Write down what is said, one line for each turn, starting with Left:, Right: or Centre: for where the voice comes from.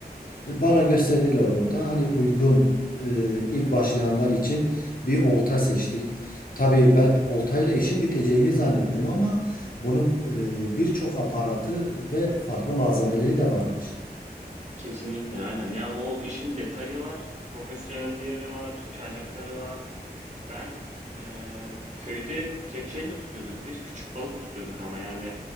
Left: E, Bana gösterdiler orada. Hani uygun e, ilk başlayanlar için bir olta seçtik. Tabii ben oltayla işin biteceğini zannettim ama bunun e, birçok aparatı ve farklı malzemeleri de varmış.
Right: Kesinlikle aynen. Ya bu işin detayı var, profesyonelleri var, çaylakları var. Ben eee, köyde kepçeyle tutuyorduk biz. Küçük balık tutuyorduk ama yani